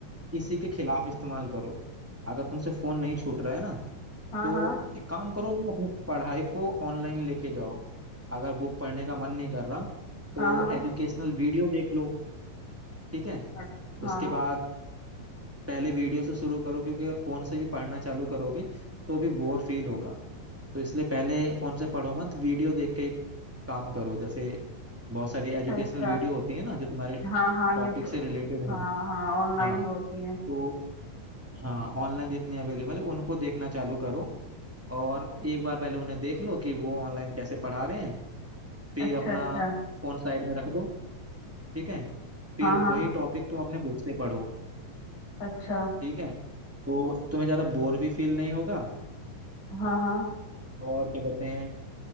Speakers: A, in the centre; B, on the left.
A: इसी के खिलाफ इस्तेमाल करो अगर तुमसे फोन नहीं छूट रहा है ना
B: हाँ
A: तो
B: हाँ
A: एक काम करो तुम अपनी पढ़ाई को ऑनलाइन लेके जाओ अगर बुक पढ़ने का मन नहीं कर रहा तो
B: हाँ हाँ
A: एजुकेशनल वीडियो देख लो ठीक है
B: अ- हाँ
A: उसके बाद पहले वीडियो से शुरू करो क्योंकि अगर फोन से भी पढ़ना चालू करोगे तो भी बोर फील होगा तो इसलिए पहले फोन से पढ़ो मत वीडियो देख के काम करो जैसे बहुत सारी एजुकेशनल
B: अच्छा अच्छा
A: वीडियो होती है ना जो तुम्हारे
B: हाँ हाँ
A: टॉपिक
B: यूट्यूब
A: से रिलेटेड है
B: हाँ हाँ ऑनलाइन
A: हाँ
B: होती हैं
A: तो हाँ ऑनलाइन जितनी अवेलेबल है उनको देखना चालू करो और एक बार पहले उन्हें देख लो कि वो ऑनलाइन कैसे पढ़ा रहे हैं फिर
B: अच्छा
A: अपना
B: अच्छा
A: फोन साइड में रख दो ठीक है फिर
B: हाँ
A: वही
B: हाँ
A: टॉपिक तुम अपने बुक से पढ़ो
B: अच्छा
A: ठीक है तो तुम्हें ज्यादा बोर भी फील नहीं होगा
B: हाँ हाँ
A: और क्या कहते हैं